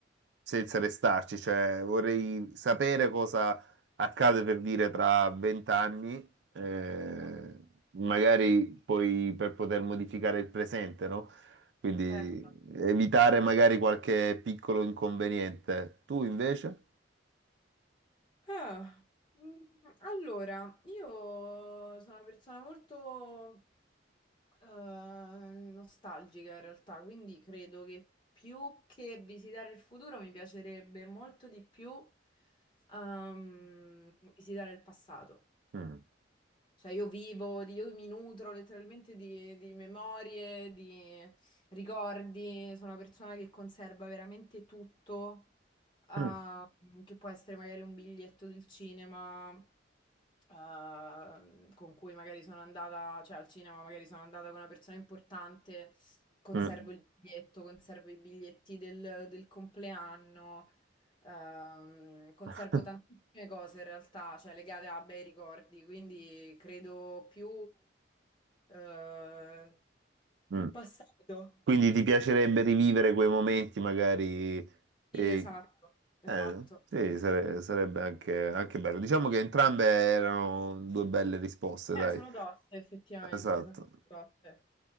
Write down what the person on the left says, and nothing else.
Mhm,
Certo.
Ah, mm, allora, io sono una persona molto eh, nostalgica in realtà, quindi credo che più che visitare il futuro mi piacerebbe molto di più ehm, visitare il passato.
Cioè io vivo, di- io mi nutro letteralmente di, di memorie, di ricordi, sono una persona che conserva veramente tutto ah,
che può essere magari un biglietto del cinema. eh, con cui magari sono andata, cioè al cinema magari sono andata con una persona importante, conservo
il biglietto, conservo i biglietti del, del compleanno, ehm, conservo
tantissime cose in realtà, cioè legate a bei ricordi, quindi credo più eh,
il passato.
Sì, esatto, esatto.
Eh,
sono toste, effettivamente,
sono toste.